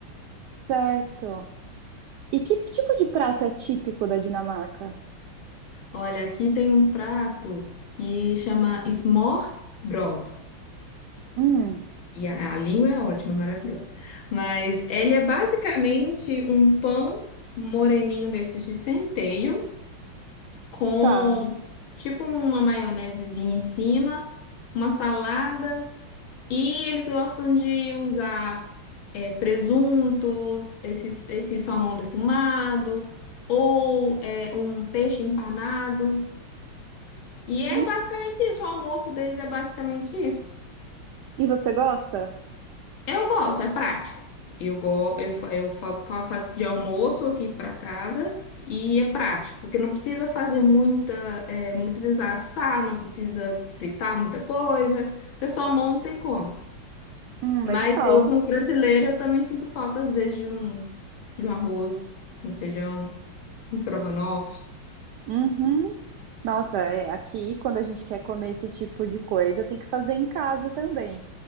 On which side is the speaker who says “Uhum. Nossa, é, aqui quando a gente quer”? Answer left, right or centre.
Right